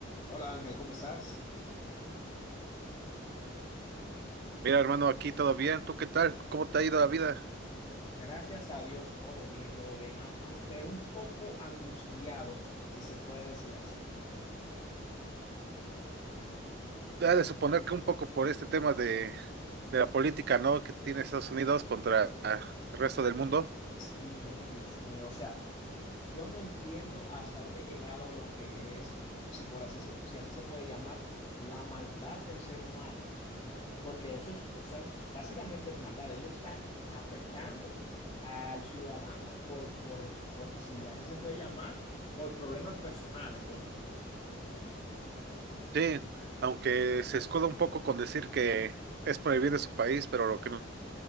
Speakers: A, on the left; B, on the right.
A: Hola Ángel, ¿cómo estás?
B: Mira, hermano, aquí todo bien. ¿Tú qué tal? ¿Cómo te ha ido la vida?
A: Gracias a Dios, todo bien, todo bien, a- aunque un poco angustiado, si se puede decir así.
B: Ha de suponer que un poco por este tema de, de la política, ¿no? Que tiene Estados Unidos contra el resto del mundo.
A: Sí, oh Dios mío, o sea, yo no entiendo hasta dónde ha llegado lo que es, si por así se, si así se puede llamar, la maldad del ser humano, porque eso es, eso es- básicamente es maldad. Ellos están afectando al ciudadano por, por, por, si así se puede llamar, por problemas personales, ¿no?
B: Sí, aunque se escuda un poco con decir que es por el bien de su país, pero lo que no,